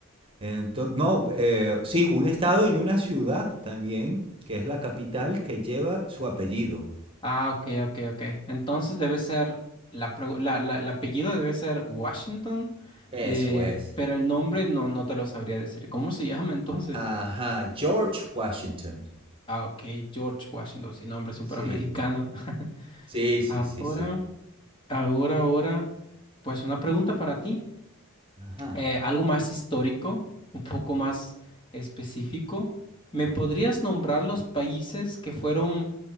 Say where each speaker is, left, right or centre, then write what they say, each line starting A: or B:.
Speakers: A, on the right; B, on the left.
A: Ento- no, eh, sí, un estado y una ciudad también, que es la capital, que lleva su apellido.
B: Ah, ok, ok, ok. Entonces debe ser, la, pregu- la, la- el apellido debe ser Washington,
A: Eso
B: eh,
A: es.
B: pero el nombre no, no te lo sabría decir. ¿Cómo se <laughs> llama entonces?
A: Ajá, George Washington.
B: Ah, ok, George Washington, sin nombre superamericano.
A: Sí.
B: <laughs>
A: Sí, sí,
B: Ahora,
A: sí, sí.
B: ahora, ahora, pues una pregunta para ti.
A: Ajá.
B: eh, algo más histórico, un poco más específico. ¿Me podrías nombrar los países que fueron